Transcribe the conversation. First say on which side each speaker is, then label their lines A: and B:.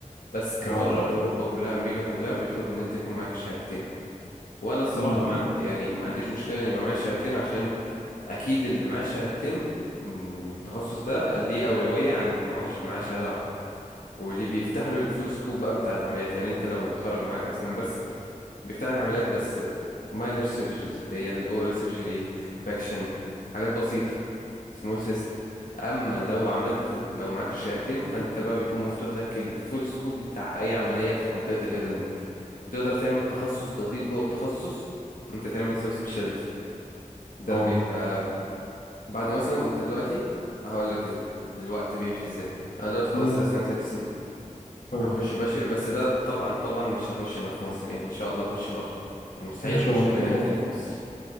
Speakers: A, on the left; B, on the left.
A: بس كبره
B: اه
A: أوروبا كلها أمريكا كلها بيطلب إن أنت يكون معاك الشهادتين وأنا الصراحة
B: امم
A: ما عند... يعني ما عنديش مشكلة إن يبقى معايا شهادتين عشان اكيد اللي معاه الشهادتين من التخصص ده ليه اولويه عن اللي معهوش معاه شهاده واحده واللي بيفتح له الفول سكوب بقى بتاع العمليات يعني انت لو متخرج معاك اسنان بس بيفتح لك عمليات بس ماينر سيرجريز اللي هي الاورال سيرجري باكشن حاجات بسيطه سمول سيست اما لو عملت ال- لو معاك الشهادتين فانت بقى بيكون مفتوح لك الفول سكوب بتاع اي عمليه في منطقه الهيدن نيك وتقدر تعمل تخصص دقيق جوه التخصص انت تعمل سب سبيشاليتي ده
B: اه
A: بيبقى بعد مثلا انت دلوقتي هقول لك ال... الوقت بيمشي ازاي انا دلوقتي خلصت
B: امم
A: اسنان ست سنين
B: حلو
A: هخش بشري بس ده طبعا طبعا مش هخش هنا في مصر يعني ان شاء الله هخش بره يعني مستحيل
B: ان
A: اخش
B: شاء
A: كلية
B: الله
A: هنا تاني في مصر